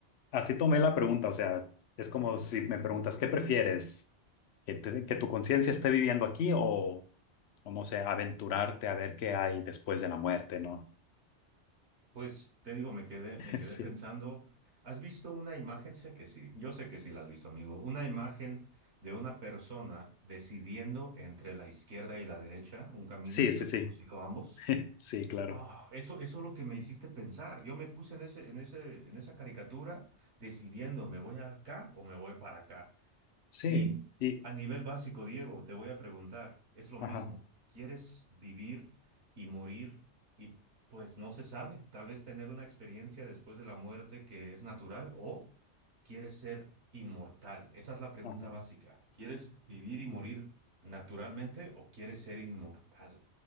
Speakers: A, on the left; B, on the right.
A: así tomé la pregunta, o sea, es como si me preguntas, ¿qué prefieres? ¿Que, te- que tu conciencia esté viviendo aquí o, o no sé, aventurarte a ver qué hay después de la muerte, ¿no?
B: pues te digo, me quedé, me
A: <laughs>
B: quedé pensando. ¿Has visto una imagen? Sé que sí, yo sé que sí la has visto, amigo. Una imagen de una persona decidiendo entre la izquierda y la derecha, un camino
A: Sí, sí,
B: desconocido
A: sí,
B: a ambos.
A: sí, <laughs> sí, claro.
B: Ah, eso, eso es lo que me hiciste pensar. Yo me puse en ese, en ese, en esa caricatura decidiendo, ¿me voy acá o me voy para acá?
A: Sí,
B: Y
A: y,
B: a nivel básico, Diego, te voy a preguntar, es lo mismo.
A: ajá,
B: ¿Quieres vivir y morir? Y pues no se sabe, tal vez tener una experiencia después de la muerte que es natural o quieres ser inmortal. Esa es la pregunta
A: ajá,
B: básica. ¿Quieres vivir y morir
A: sí,
B: naturalmente o quieres ser inmortal?